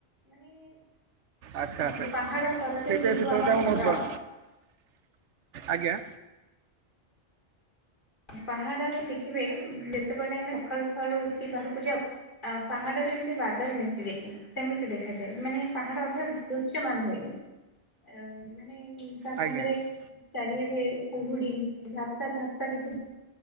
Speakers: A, on the left (about 45°); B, on the right (about 85°).
A: ମାନେ-ଏ-ଏ-ଏ
B: ଆଚ୍ଛା ଆଚ୍ଛା
A: ପାହାଡ କରରେ
B: ସେଇଥିପାଇଁ
A: ଯେହେତୁ
B: ଶୀତ
A: ଆମ
B: ଋତୁ ଆମକୁ
A: ଘର
B: ବହୁତ ଭଲ ଆଜ୍ଞା।
A: ପାହାଡ ରେ ଦେଖିବେ ଯେତେବେଳେ ଆମେ ସକାଳୁ ସକାଳୁ ଉଠିକି ବାହାରକୁ ଯାଉ ଅ ପାହାଡ଼ରେ ଏମିତି ବାଦଲ ମିଶିଯାଇଛି ସେମିତି ଦେଖାଯାଏ ମାନେ ପାହାଡ଼ ଅଧା ଦୃଶ୍ୟମାନ ହୁଏନି। ଅ ମାନେ-ଏ-ଏ ତା
B: ଆଜ୍ଞା
A: ସାଙ୍ଗରେ
B: ଆଜ୍ଞା
A: ଚାରିଆଡେ କୁହୁଡି ଝାପସା ଝାପସା କିଛି